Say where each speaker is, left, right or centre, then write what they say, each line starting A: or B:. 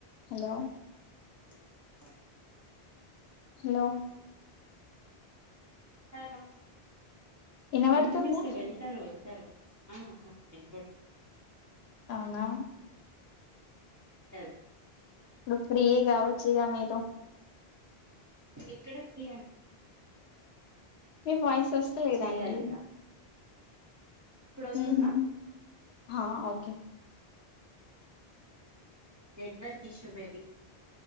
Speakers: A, on the left (about 80°); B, on the right (about 25°).
A: హలో
B: వెతార ర వాళ
A: హలో
B: హలో
A: వినబడుతుందా
B: కంటిన్యూస్ గా వెళ్తారు తరు ఆ ఆ వినబడు
A: అవునా
B: టారు
A: ఇప్పుడు ఫ్రీ కావచ్చుగా మీరు
B: ఎక్కడ ఫ్రీ అండి ఇప్పుడు నేను
A: మీ వాయిస్ సోస్తలేదండి
B: చెయ్యాలి ఇగ ఇప్పుడు వస్తుందా
A: మ్ హుహు ఆ okay
B: network issue maybe